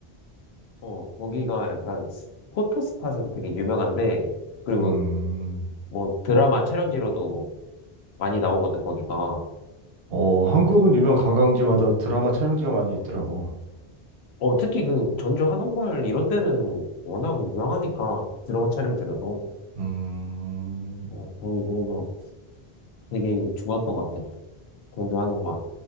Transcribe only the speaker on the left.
어, 거기가 약간 포토 스팟으로 되게 유명한데, 그리고
뭐 드라마 촬영지로도 많이 나오거든, 거기가.
어, 특히 그 전주 한옥마을 이런 데는 워낙 유명하니까 드라마 촬영지로도.
어, 거기 그래서 되게 좋았던 것 같아. 전주 한옥마을.